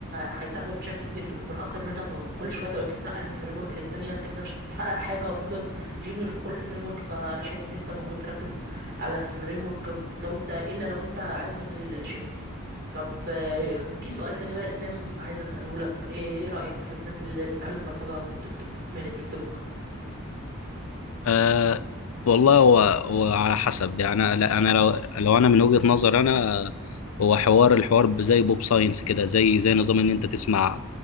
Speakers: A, on the right (about 50°); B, on the left (about 75°).
A: هيساعدك بشكل كبير من اكتر من انت كل شويه تقعد تتنقل من فريم ورك للتانية انت كده مش هتحقق حاجه وتفضل جونيور في كل فريم ورك فانا شايف ان انت المفروض تركز على فريم ورك لو انت الا لو انت عايز تعمل شيفت طب آه، في سؤال تاني بقى يا اسلام عايز اساله لك ايه إيه رايك في الناس اللي بتتعلم برمجه من التيك توك من التيك توك
B: أه والله هو هو على حسب يعني لا انا لو لو انا من وجهة نظر انا آه، هو حوار الحوار ب- زي بوب ساينس كده زي زي نظام ان انت تسمع